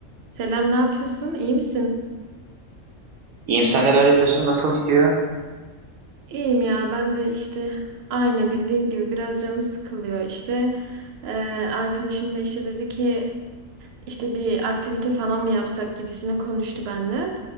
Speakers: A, on the right; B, on the right.
A: Selam, ne yapıyorsun? İyi misin?
B: İyiyim sen neler yapıyorsun? Nasıl gidiyor?
A: İyiyim ya, ben de işte aynı bildiğin gibi biraz canım sıkılıyor işte. Ee, arkadaşım da işte dedi ki İşte bir aktivite falan mı yapsak gibisine konuştu benimle.